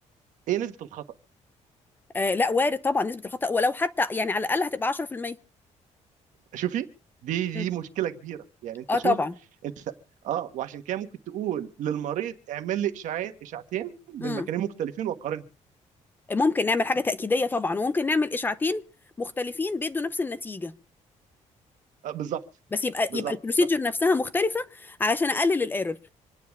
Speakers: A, on the right (about 75°); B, on the left (about 15°).
A: ايه نسبة الخطأ
B: آه لا وارد طبعا نسبة الخطأ ولو حتى يعني على الأقل هتبقى 10%
A: شوفي دي
B: مم.
A: دي مشكلة كبيرة يعني انت
B: اه
A: شوف
B: طبعا
A: انت اه وعشان كده ممكن تقول للمريض اعمل لي اشعاعين اشعتين من
B: مم.
A: مكانين مختلفين وقارنهم
B: ممكن نعمل حاجة تأكيدية طبعا وممكن نعمل إشاعتين مختلفين بيدوا نفس النتيجة
A: آه بالظبط
B: بس يبقى
A: بالظبط
B: يبقى البروسيجر
A: ف-
B: نفسها مختلفة علشان أقلل الإيرور